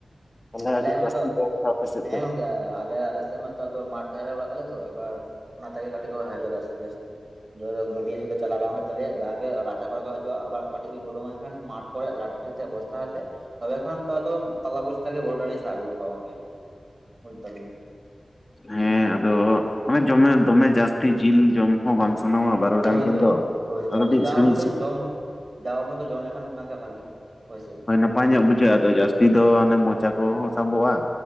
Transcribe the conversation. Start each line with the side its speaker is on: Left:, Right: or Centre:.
Left: ᱢᱟᱱᱮ
Right: ᱟᱞᱮ
Left: ᱟᱹᱰᱤ ᱡᱟᱹᱥᱛᱤ
Right: ᱢᱟᱛᱚ
Left: <inaudible> ‌ ᱟᱯᱮ ᱥᱮᱫ
Right: ᱦᱮᱸ
Left: ᱫᱚ,
Right: ᱜᱚᱝᱠᱮ ᱟᱞᱮ ᱟᱞᱮ ᱥᱮᱫ ᱢᱟᱛᱚ ᱢᱟᱴᱷ ᱫᱷᱟᱨᱮ ᱨᱮ ᱚᱲᱟᱜ ᱛᱟᱞᱮ ᱛᱚ ᱮᱵᱟᱨ ᱚᱱᱟ ᱛᱮᱜᱮ ᱠᱟᱹᱴᱤᱡ ᱠᱚ ᱦᱟᱹᱡᱩᱜ-ᱟ, ᱡᱟᱥᱛᱤ ᱡᱟᱥᱛᱤ, ᱡᱟᱭᱦᱩᱠ ᱜᱟᱹᱰᱭᱟᱹ ᱥᱮᱫ ᱫᱚ ᱪᱟᱞᱟᱣ ᱵᱟᱝ ᱦᱩᱭᱩᱜ ᱛᱟᱞᱮᱭᱟ ᱡᱟᱜᱮ ᱨᱟᱪᱟ ᱠᱚᱨᱮ ᱠᱚ ᱦᱟᱡᱩᱜ-ᱟ ᱟᱵᱟᱨ ᱠᱟᱹᱴᱤᱡ ᱞᱮ ᱩᱰᱩᱝ ᱮᱱᱠᱷᱟᱱ ᱢᱟᱴᱷ, ᱚᱠᱚᱭᱟᱜ ᱞᱟᱴᱷᱤ ᱟᱛᱮᱫ ᱵᱚᱥᱛᱟ ᱟᱛᱮᱫ ᱛᱚᱵᱮ ᱠᱷᱟᱱ ᱛᱚ ᱛᱟᱞᱟ ᱵᱚᱥᱛᱟ ᱜᱮ ᱵᱟᱨᱩᱰᱟᱝ ᱤᱧ ᱥᱟᱵ ᱟᱹᱜᱩ ᱠᱮᱠᱚᱣᱟ ᱜᱚᱝᱠᱮ, ᱵᱩᱡ ᱮᱫᱟ ᱵᱤᱱ᱾
Left: ᱦᱮᱸ ᱟᱫᱚ ᱢᱟᱱᱮ ᱫᱚᱢᱮ ᱫᱚᱢᱮ ᱡᱟᱹᱥᱛᱤ ᱡᱤᱞ ᱡᱚᱢ, ᱦᱚᱸ ᱵᱟᱝ ᱥᱟᱱᱟᱣᱟ ᱵᱟᱨᱩᱰᱟᱝ
Right: ᱦᱳᱭᱛᱚ
Left: ᱡᱤᱞ ᱫᱚ
Right: ᱦᱳᱭᱛᱚ
Left: ᱟᱫᱚ ᱠᱟᱹᱴᱤᱡ
Right: ᱡᱟ
Left: ᱥᱤᱸᱲᱤᱡ
Right: ᱩᱰᱩᱠ ᱜᱮ
Left: ᱥᱤᱸᱲᱤᱡ,
Right: ᱡᱚᱢ ᱡᱟ ᱩᱰᱟᱹᱝ ᱜᱮ ᱡᱚᱢ ᱞᱮᱠᱷᱟᱱ ᱚᱱᱟᱜᱮ ᱵᱷᱟᱹᱜᱤ ᱦᱳᱭ ᱥᱮ,
Left: ᱱᱟᱯᱟᱭ ᱧᱚᱜ ᱵᱩᱡᱷᱟᱹᱜ-ᱟ, ᱟᱫᱚ ᱡᱟᱹᱥᱛᱤ ᱫᱚ ᱚᱱᱮ ᱢᱚᱪᱟ ᱠᱚᱦᱚᱸ ᱥᱟᱵᱚᱜ-ᱟ,